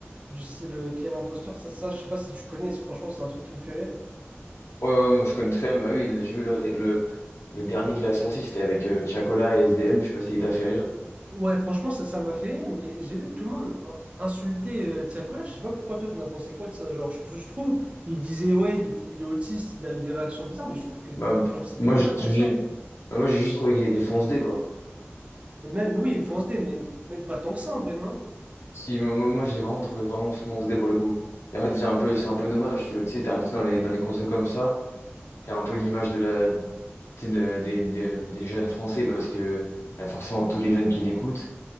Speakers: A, on the right; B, on the left.
A: du style euh, Quel imposteur, ça, ça, je sais pas si tu connais, franchement, c'est un truc qui me fait rire.
B: Ouais, ouais, ouais, je connais très bien, bah oui, j'ai vu le, le, le dernier qu'il a sorti, c'était avec euh, Tiakola et S D M je sais pas si il t'a fait rire.
A: Ouais, franchement, ça, ça m'a fait rire, mais j'ai vu que tout le monde euh, insultait euh, Tiakola. Je sais pas pourquoi toi, t'en as pensé quoi de ça? Genre, je, trou- je trouve, il disait, ouais, il était, il est autiste, il avait des réactions bizarres, mais je trouve que,
B: Bah,
A: genre, c'était
B: moi,
A: même
B: je-
A: pas tant
B: j'ai
A: que ça.
B: bah, moi, j'ai juste trouvé qu'il était fonce-dé, quoi.
A: Mais même, oui, il fonce des, mais même pas tant que ça, en vrai, non?
B: Si, moi, moi, moi, je l'ai vraiment trouvé vraiment fonce-dé pour le coup. Et en fait, c'est un peu, c'est un peu dommage, tu tu sais, t'es invité dans les, dans les concepts comme ça, t'es un peu l'image de la, tu sais, de- des des- des jeunes Français parce que il y a forcément tous les jeunes qui l'écoutent.